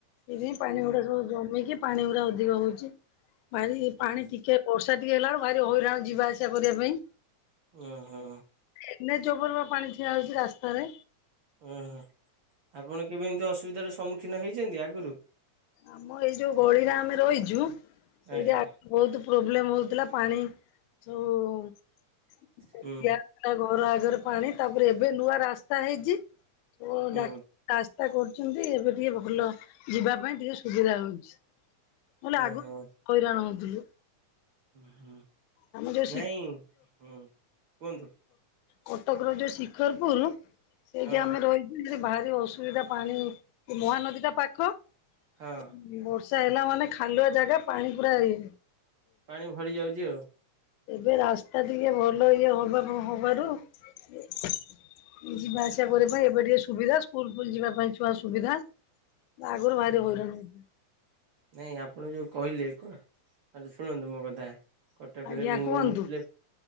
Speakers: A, on the left; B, on the right.
A: ସେଥି ପାଣି ଗୁଡା ସବୁ ଜମିକି ପାଣି ଗୁଡା ଅଧିକ ହଉଛି ପାଣି
B: ହୁଁ
A: ପାଣି ଟି କିଏ ବର୍ଷା ଟିକେ ହେଲା ବ ଭି ହଇରାଣ ଯିବା ଆସିବା କରିବା ପାଇଁ।
B: ଓ ହୋ
A: ଏନ ଏଚ ଉପର ପାଣି ଠିଆ ହଉଛି ରାସ୍ତାରେ।
B: ଓ ହୋ ଆପଣ କେବେ ଏମିତି ଅସୁବିଧାର ସମ୍ମୁଖୀନ ହେଇଛନ୍ତି। ଆଗରୁ
A: ଆମ ଏଇ ଯୋଉ ଗଳିରେ ଆମେ ରହିଚୁ ସେଇଠା
B: ଆଜ୍ଞା
A: ବହୁତ ପ୍ରୋବ୍ଲେମ ହଉଥିଲା ପାଣି ସବୁ
B: ହୁଁ
A: କା ଘର ଆଗରେ ପାଣି ତାପରେ ଏବେ ନୂଆ ରାସ୍ତା ହେଇଛି
B: ହୁଁ
A: ଡା ରାସ୍ତା କରୁଛନ୍ତି ଏବେ ଟିକେ ଭଲ ଯିବା ପାଇଁ ଟିକେ ସୁବିଧା ହଉଛି। ନହେଲେ ଆଗରୁ
B: ଓହୋ
A: ହଇରାଣ ହଉଥିଲୁ।
B: ହୁଁ ହୁଁ
A: ଆମେ ଯୋଉ
B: ନାଇଁ ହୁଁ କୁହନ୍ତୁ
A: କଟକ ର ଯୋଉ ଶିଖରପୁରୁରୁ ସେଇଠି
B: ହଁ
A: ଆମେ ରହିଛୁ ସେଠି ଭାରି ଅସୁ ଏଇଟା ପାଣିରୁ ମହାନଦୀ ଟା ପାଖ। <inaudible>
B: ହଁ
A: ବର୍ଷା ହେଲା ମାନେ ଖାଲୁଆ ଜାଗା ପାଣି ପୁରା ଏହେ
B: ପାଣି ଭରି ଯାଉଛି। ଆଉ
A: ଏବେ ରାସ୍ତା ଟିକେ ଭଲ ଇଏ ହବା ନହବାରୁ ଯିବା ଆସିବା କରିବା ପାଇଁ ଏବେ ଟିକେ ସୁବିଧା ସ୍କୁଲ ଫୁଲ ଯିବା ପାଇଁ ଛୁଆ ସୁବିଧା। ଆଗରୁ ଭାରି
B: ଯାହା
A: ହଇରାଣ ହଉଥିଲେ
B: ନାଇଁ ଆପଣ ଯୋଉ କହିଲେ କଣ ହ୍ୟାଲୋ ଶୁଣନ୍ତୁ ମୋ କଥା କଟକରେ
A: ଆଜ୍ଞା
B: ବେଙ୍ଗ
A: କୁହନ୍ତୁ
B: ମୁୁତିଲେ